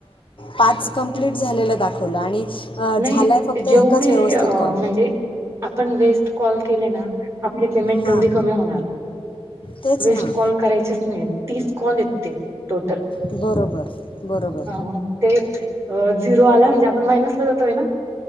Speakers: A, on the left; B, on the right.
A: पाच कंप्लीट झालेलं दाखवलं आणि अ, झाला
B: नाही
A: आहे फक्त एकच
B: जेवढे
A: व्यवस्थित
B: म्हणजे
A: कॉल
B: आपण वेस्ट कॉल केले ना आपली पेमेंट
A: हां
B: तेवढी कमी होणार
A: तेच
B: वेस्ट
A: ना
B: कॉल करायचीच नाही तीस कॉल येते टोटल
A: बरोबर बरोबर
B: हा मग ते झिरो आला म्हणजे आपण मायनसला जातोय ना